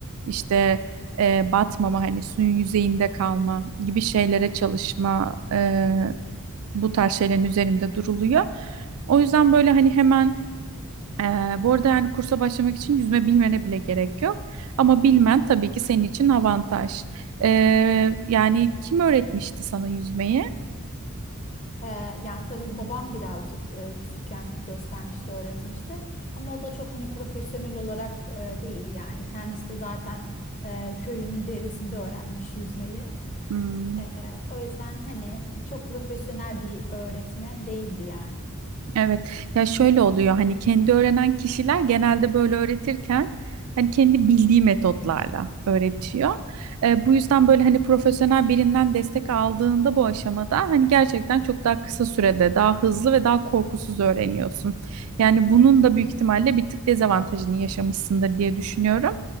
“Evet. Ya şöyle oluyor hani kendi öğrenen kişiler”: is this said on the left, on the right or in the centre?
Right